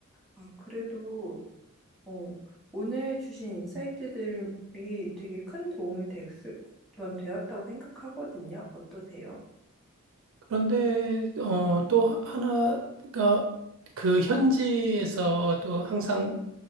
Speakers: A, in the centre; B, on the right.
A: 아, 그래도, 어, 오늘 주신 인사이트들이 되게 큰 도움이 됐, 전 되었다고 생각하거든요. 어떠세요?
B: 그런데 어, 또 하나가 그 현지에서 또 항상